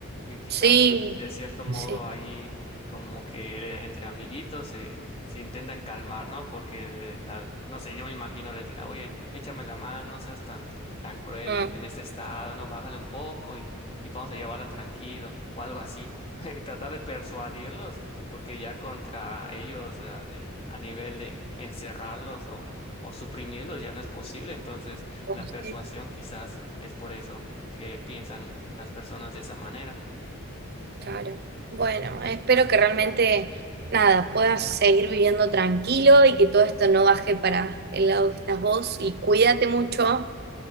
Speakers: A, on the left (about 25°); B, on the right (about 45°).
A: Y quizás
B: sí,
A: de cierto modo
B: sí.
A: ahí como que entre amiguitos se, se intentan calmar, ¿no? Porque, le- la, no sé, yo me imagino les dirá, oye, échame la mano, no seas tan, tan cruel
B: Mm,
A: en, en este estado, ¿no? Bájale un poco y, y vamos a llevarla tranquilo o algo así. <laughs> Tratar de persuadirlos, porque ya contra ellos a, de- a nivel de encerrarlos o, o suprimirlos ya no es posible. Entonces,
B: posible,
A: la persuasión quizás es por eso que piensan las personas de esa manera.
B: claro. Bueno, espero que realmente, nada, puedas seguir viviendo tranquilo y que todo esto no baje para el lado que estás vos y cuídate mucho.